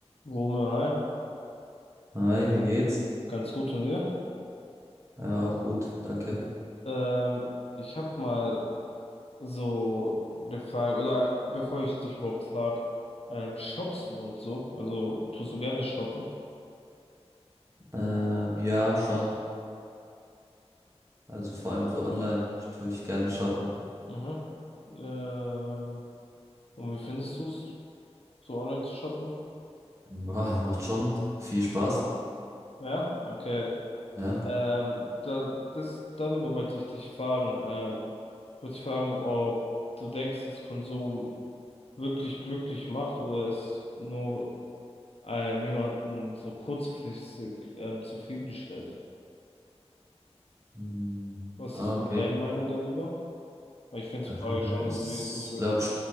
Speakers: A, on the left; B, on the right.
A: Wumme, hi.
B: Hi, wie geht's?
A: Ganz gut und ihr?
B: Ja, auch gut, danke.
A: Ähm, ich habe mal so eine Frage, oder bevor ich dich überhaupt frage, ähm, shoppst du und so? Also tust du gerne shoppen?
B: Ähm, ja, schon. Also vor allem so online tue ich gerne shoppen. <laughs>
A: Mhm. Ähm, und wie findest du es, so online zu shoppen?
B: Ja, macht schon viel Spaß.
A: Ja, okay.
B: Ja.
A: Ähm, da, das, darüber wollte ich dich fragen. Ähm, ich wollte dich fragen, ob du denkst, dass Konsum wirklich glücklich macht oder es nur ähm, jemanden so kurzfristig ähm, zufriedenstellt.
B: Hm,
A: Was
B: ah,
A: ist so
B: okay.
A: deine Meinung darüber? Weil Ich finde
B: Äh,
A: die Frage schon
B: ich
A: so wichtig, weißt
B: glaube,